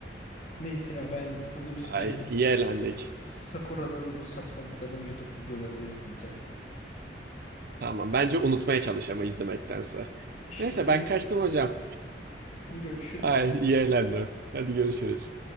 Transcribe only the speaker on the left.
Neyse ya ben bunun
üstüne
gidip
Sakura'nın bu saçmalıklarının YouTube videolarını izleyeceğim.
İşte
gülüp
görüşürüz.